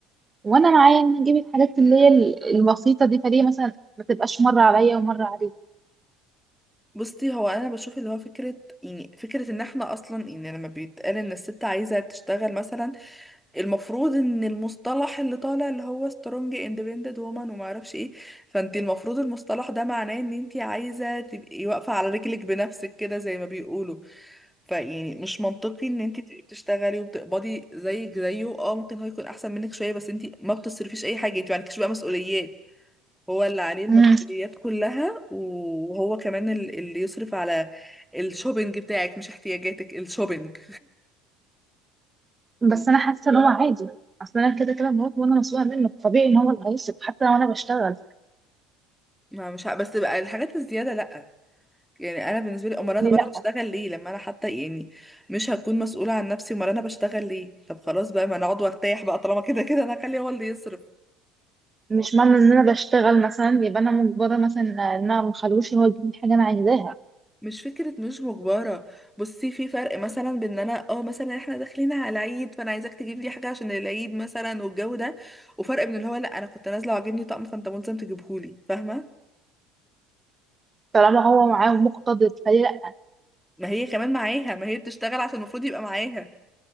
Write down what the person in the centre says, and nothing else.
بصي هو انا بشوف اللي هو فكره يعني فكره ان احنا اصلا يعني لما بيتقال ان الست عايزه تشتغل مثلا المفروض ان المصطلح اللي طالع اللي هو سترونج اندبندنت وومن وما اعرفش ايه فانت المفروض المصطلح ده معناه ان انت عايزه تبقي واقفه على رجلك بنفسك كده زي ما بيقولوا فيعني مش منطقي ان انت تبقي بتشتغلي وبتقبضي زيك زيه اه ممكن هو يكون احسن منك شويه بس انت ما بتصرفيش اي حاجه انت ما عندكيش بقى مسؤوليات هو اللي عليه المسؤوليات
كلها وهو كمان ال- اللي يصرف على الشوبينج بتاعك مش احتياجاتك الشوبينج ف-
ما مش ع- بس بقى الحاجات الزيادة لأ يعني انا بالنسبه لي امال انا
طب
انا بشتغل ليه لما انا حتى يعني مش هكون مسؤوله عن نفسي امال انا بشتغل ليه طب خلاص بقى ما انا اقعد وارتاح بقى طالما كده كده انا هخليه هو اللي يصرف
مش فكرة مش مجبرة بصي في فرق مثلا بين ان انا اه مثلا احنا داخلين على العيد فانا عايزاك تجيب لي حاجة عشان العيد مثلا والجو ده وفرق من اللي هو لا انا كنت نازلة وعاجبني طقم فانت ملزم تجيبهولي فاهمة
ما هي كمان معاها ما هي بتشتغل عشان المفروض يبقى معاها